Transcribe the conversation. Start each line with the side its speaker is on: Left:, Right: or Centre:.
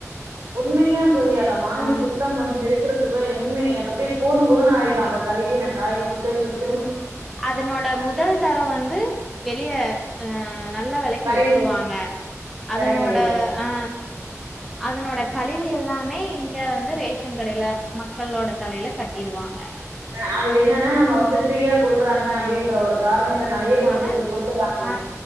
Right: உண்மையா தோழி அத வாங்கி
Centre: ஆ
Right: சுத்தம் பண்ணி எடுக்குறத் <unintelligible> உண்மைங்க எனக்கு அப்டியே போது போதுனு ஆயிடு அத கழுவி நா காயப்போட்டு சுத்
Centre: அதனோட முதல் தர வந்து வெளிய அ நல்ல வெலைக்கு
Right: கடைங்களுக்கு
Centre: வித்துருவாங்க அதனோட
Right: கடைங்களுக்கு
Centre: ஆ அதனோட கழிவு எல்லாமே இங்க வந்து ரேஷன் கடையில மக்களோட தலையில கட்டிருவாங்க
Right: ஆ அது என்னன்னா நம்ம வந்து ஃப்ரீயா குடுக்குறாங்க அப்டின்ற ஒரு காரணத்துனாலையே
Centre: அதனால
Right: கொண்டாந்து இப்டி குடுத்துறாங்க
Centre: ஆ